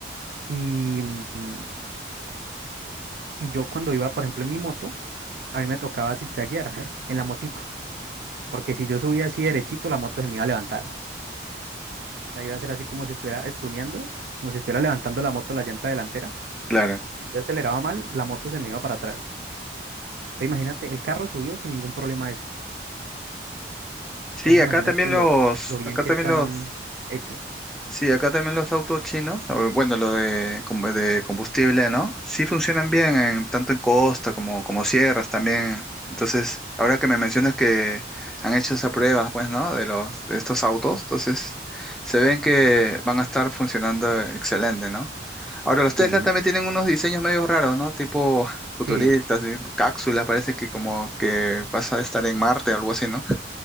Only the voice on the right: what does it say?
y, mm, y yo cuando iba, por ejemplo, en mi moto, a mí me tocaba zigzaguear <laughs> en la motico, porque si yo subía así derechito, la moto se me iba a levantar. O sea, iba a ser así como si estuviera estuneando, como si estuviera levantando la moto la llanta delantera.
Si yo aceleraba mal, la moto se me iba para atrás. Te imagínate, el carro subió sin ningún problema eso.
Entonces
imagínate
lo, lo bien
que
están
hechos.
Ujú,
Sí.